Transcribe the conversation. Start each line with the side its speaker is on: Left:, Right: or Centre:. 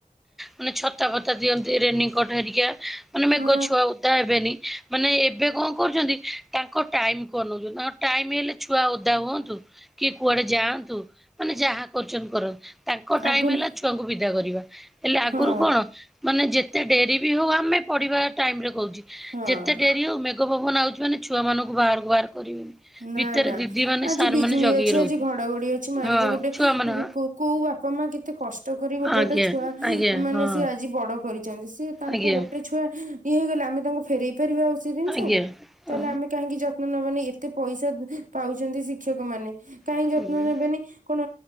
Centre: ମାନେ ଛତାପତା ଦିଅନ୍ତି ରେନି କୋଟ ହେରିକା ମାନେ ମେଘ
Right: ହଁ
Centre: ଛୁଆ ଓ ତାବେନି ମାନେ ଏବେ କଣ କରୁଛନ୍ତି ତାଙ୍କ ଟାଇମ କୁ ଅନଉଛନ୍ତି, ତାଙ୍କ ଟାଇମ ହେଲେ ଛୁଆ ଓଦା ହୁଅନ୍ତୁ କି କୁଆଡେ ଯାଆନ୍ତୁ ମାନେ ଯାହା କରୁଛନ୍ତି କରନ୍ତ। ତାଙ୍କ ଟାଇମ
Right: ଆଗରୁ
Centre: ହେଲା ଛୁଆଙ୍କୁ ବିଦା କରିବା, ହେଲେ ଆଗରୁ
Right: ହଁ
Centre: କଣ ମାନେ ଯେତେ ଡେରି ବି ହଉ ଆମେ ପଢିବା ଟାଇମରେ କହୁଚି,
Right: ହଁ।
Centre: ଯେତେ ଡେ ଆଉ ମେଘ ଭବନ ଆଉଛି ମାନେ ଛୁଆ ମାନଙ୍କୁ ବାହାରକୁ ବାହାର କରିବେନି।
Right: ନା
Centre: ଭିତରେ
Right: ନା
Centre: ଦିଦି ମାନେ
Right: ଆଜି
Centre: ସାର୍
Right: ବିଜୁଳି
Centre: ମାନେ ଜଗିକି
Right: ଅଛି
Centre: ରହୁଥିଲେ
Right: ଆଜି ଘଡଘଡି ଅଛି ମାରିବୁ
Centre: ହଁ
Right: ଗୋଟେ
Centre: ଛୁଆ ମାନେ
Right: କୋଉ କୋଉ ବାପା ମା କେତେ କଷ୍ଟ କରି ଗୋଟେ
Centre: ଆଜ୍ଞା
Right: ଗୋଟେ ଛୁଆ
Centre: ଆଜ୍ଞା
Right: ମାନେ
Centre: ହଁ
Right: ସେ ଆଜି ବଡ କରିଛନ୍ତି ସିଏ ତାଙ୍କୁ
Centre: ଆଜ୍ଞା
Right: ଗୋଟେ ଛୁଆ ଇଏ ହେଇଗଲା ଆମେ ତାଙ୍କୁ ଫେରଇ ପାରିବା ଆଉ ସେଇ ଜିନିଷକୁ।
Centre: ଆଜ୍ଞା
Right: ତାହେଲେ
Centre: ଅ
Right: ଆମେ କାହିଁକି ଯତ୍ନ ନବାନି ଏତେ ପଇସା ପାଉଛନ୍ତି ଶିକ୍ଷକ ମାନେ। କାଇଁ
Centre: ହଁ।
Right: ଯତ୍ନ ନେବେନି କଣ